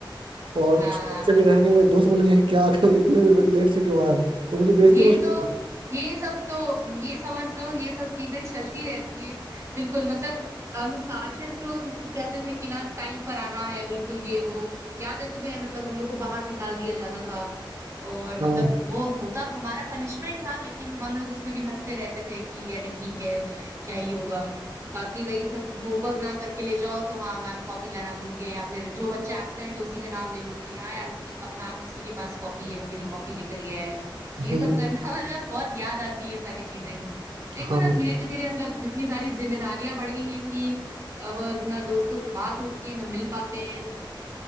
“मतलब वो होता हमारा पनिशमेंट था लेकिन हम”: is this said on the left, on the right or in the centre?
Right